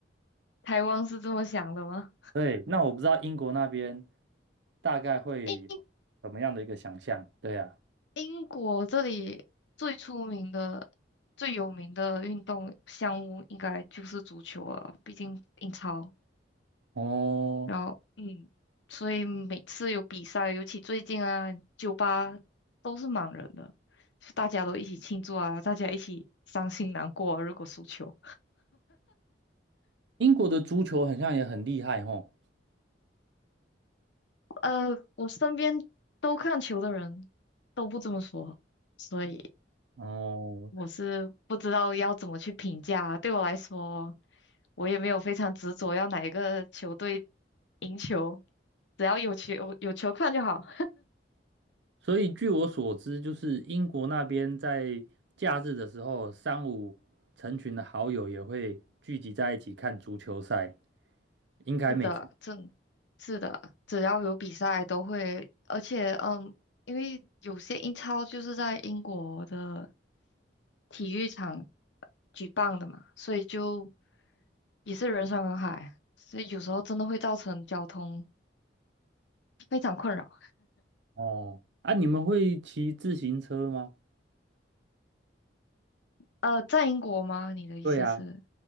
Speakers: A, on the left; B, on the right.
A: 台湾是这么想的吗？
B: 对，那我不知道英国那边大概会有什么样的一个想象。
A: 英
B: 对呀，
A: 英国这里最出名的、最有名的运动项目应该就是足球了，毕竟英超。
B: 哦，
A: 然后嗯，所以每次有比赛，尤其最近啊，酒吧都是满人的，就大家都一起庆祝啊，大家一起伤心难过啊如果输球，
B: 英国的足球好像也很厉害吼。
A: 呃，我身边都看球的人都不这么说，所以
B: 哦，
A: 我是不知道要怎么去评价啊。对我来说，我也没有非常执着要哪一个球队赢球，只要有球有球看就好。
B: 所以据我所知，就是英国那边在假日的时候，三五成群的好友也会聚集在一起看足球赛。应该没错。
A: 是的，正是的，只要有比赛都会，而且嗯，因为有些英超就是在英国的体育场举办的嘛，所以就也是人山人海，所以有时候真的会造成交通非常困扰。
B: 哦，啊，你们会骑自行车吗？
A: 呃，在英国吗？你的意思是
B: 对呀，